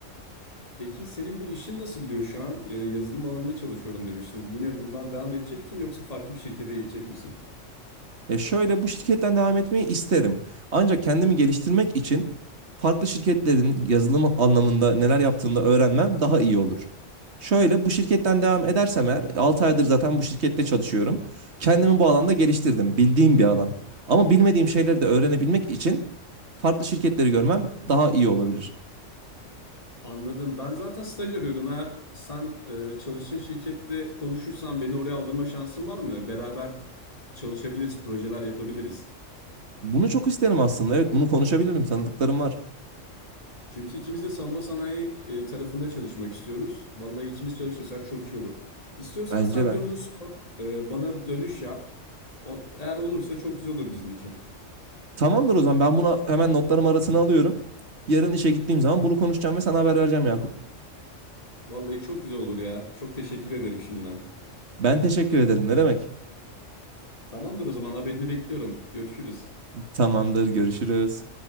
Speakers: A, on the left; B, on the right.
A: Peki senin bu işin nasıl gidiyor şu an? Ee, Yazılım alanında çalışıyorum demiştin. Yine buradan devam edecek misin yoksa farklı bir şirkete geçecek misin?
B: Ya şöyle bu şirketten devam etmeyi isterim. Ancak kendimi geliştirmek için farklı şirketlerin yazılım anlamında neler yaptığını da öğrenmem daha iyi olur. Şöyle bu şirketten devam edersem eğer 6 aydır zaten bu şirkette çalışıyorum. Kendimi bu alanda geliştirdim. Bildiğim bir alan. Ama bilmediğim şeyleri de öğrenebilmek için farklı şirketleri görmem daha iyi olabilir.
A: Anladım. Ben zaten staj arıyordum. Eğer sen e, çalıştığın şirkette konuşursan beni oraya aldırma şansın var mı? Beraber çalışabiliriz, projeler yapabiliriz.
B: Bunu çok isterim aslında. Evet bunu konuşabilirim. Tanıdıklarım var.
A: Çünkü ikimiz de savunma sanayi e, tarafında çalışmak istiyoruz. Vallahi ikimiz çalışırsak çok iyi olur. İstiyorsan
B: Bence
A: sen
B: de.
A: bir onu sor, e, bana dönüş yap. O- eğer olursa çok güzel olur bizim için.
B: Tamamdır o zaman ben bunu hemen notlarım arasına alıyorum. Yarın işe gittiğim zaman bunu konuşacağım ve sana haber vereceğim Yakup.
A: Vallahi çok güzel olur ya. Çok teşekkür ederim şimdiden.
B: Ben teşekkür ederim. Ne demek?
A: Tamamdır o zaman haberini bekliyorum. Görüşürüz.
B: Tamamdır. Görüşürüz.